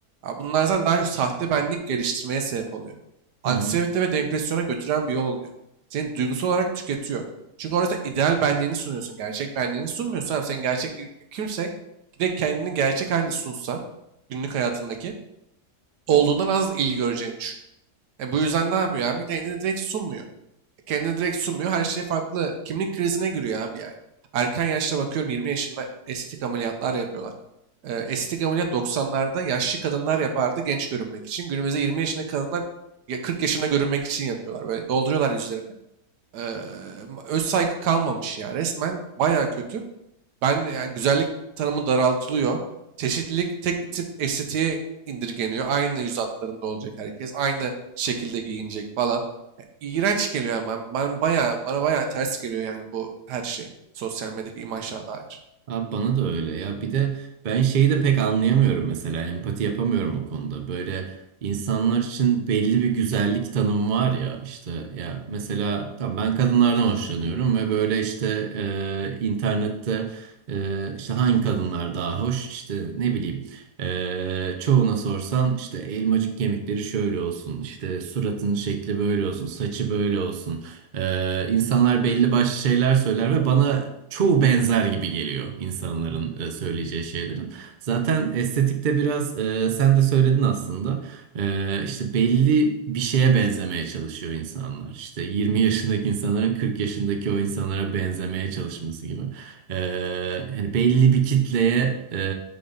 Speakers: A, on the right; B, on the right.
A: Ya bunlardan daha çok sahte benlik geliştirmeye sebep oluyor.
B: Hı
A: Anksiyete
B: hı.
A: ve depresyona götüren bir yol oluyor. Seni duygusal olarak tüketiyor. Çünkü orada ideal benliğini sunuyorsun. Gerçek benliğini sunmuyorsun. Abi. Sen gerçek kimse bir de kendini gerçek halini sunsa günlük hayatındaki olduğundan az ilgi göreceğini düşünüyorum. E, bu yüzden ne yapıyor abi? Kendini direkt sunmuyor. E, Kendini direkt sunmuyor. Her şey farklı. Kimlik krizine giriyor abi yani. Erken yaşta bakıyorum 20 yaşında estetik ameliyatlar yapıyorlar. E, estetik ameliyat 90'larda yaşlı kadınlar yapardı genç görünmek için. Günümüzde 20 yaşında kadınlar ya 40 yaşına görünmek için yapıyorlar. Böyle dolduruyorlar yüzlerini. E, öz saygı kalmamış ya. Resmen baya kötü. Ben yani güzellik tanımı daraltılıyor. Çeşitlilik tek bir tip estetiğe indirgeniyor. Aynı yüz hatlarında olacak herkes. Aynı şekilde giyinecek falan. Ya, İğrenç geliyor yani. Ben, ben bayağı, bana bayağı ters geliyor yani bu her şey. Sosyal medyadaki imajlara dair.
B: Abi bana da öyle ya bir de ben şeyi de pek anlayamıyorum mesela empati yapamıyorum o konuda böyle insanlar için belli bir güzellik tanımı var ya işte ya mesela tam ben kadınlardan hoşlanıyorum ve böyle işte e, internette e, işte hangi kadınlar daha hoş işte ne bileyim e, çoğuna sorsan işte elmacık kemikleri şöyle olsun işte suratının şekli böyle olsun saçı böyle olsun. Ee, insanlar belli başlı şeyler söyler ve bana çoğu benzer gibi geliyor insanların e, söyleyeceği şeylerin. Zaten estetikte biraz e, sen de söyledin aslında. Ee, işte belli bir şeye benzemeye çalışıyor insanlar. İşte 20 yaşındaki insanların 40 yaşındaki o insanlara benzemeye çalışması gibi. Ee, hani belli bir kitleye e,